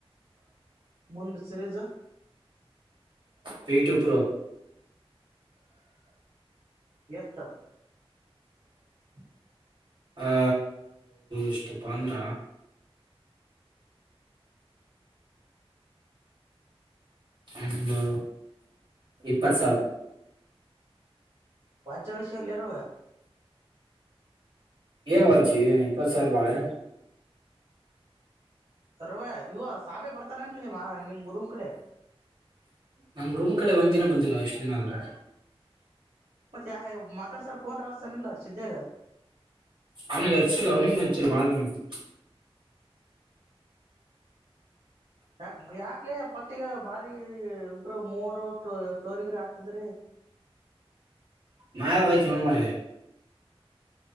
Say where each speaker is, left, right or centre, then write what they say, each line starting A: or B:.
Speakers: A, on the right; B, on the right.
A: ಮುಂದ ಸಿರಜು
B: ಬೀಟು ಪ್ರೊ
A: ಎಷ್ಟು <inaudible>
B: ಆ ಎಷ್ಟಪ್ಪ ಅಂದ್ರ ಒಂದು ಇಪ್ಪತ್ ಸಾವಿರ
A: ವಾಜ್ ವಷ ಎಲ್ಲರ
B: ಏನ್ ವಜ್ ಏನ್ ಇಪ್ಪತ್ ಸಾವಿರ ಬಾಳೆ
A: ರವಿ ಇವ ಸಾಬೆ ಬರ್ತ ನಿ ನಿಮ್ ರೂಮ್ ಕಡೆ
B: ನಮ್ ರೂಮ್ ಕಡೆ ಒಂದ್ ದಿನ ಬಂದಿಲ್ಲ ಎಷ್ಟು ದಿನ ಆದ್ರೂ
A: ಮತ್ತ ಯ ಮಾತಾಡ್ಸರ್ ಪೋನ್ ಹಚ್ತಾನಲ್ಲ ಸಿದ್ದಾಗ
B: ಅವನಿಗೆ ಅಚ್ಚಲ್ಲ ಅವನಿಗೆ ಅಚ್ಚಲ್ಲ ಬಾಳ ದಿನ ಆಯ್ತು
A: ಯಾಕ್ ಯಾಕ್ಲ ಪತ್ತಗ ಬಾರಿ ಇಬರು ಮೂವರು ಸ್ಟೋ ಸ್ಟೋರಿಗರ ಹಾಕಿದ್ರಿ
B: ನಾ ಯಾವಾಗ ಹಾಕಿದೀನಿ ಮಾರಾಯ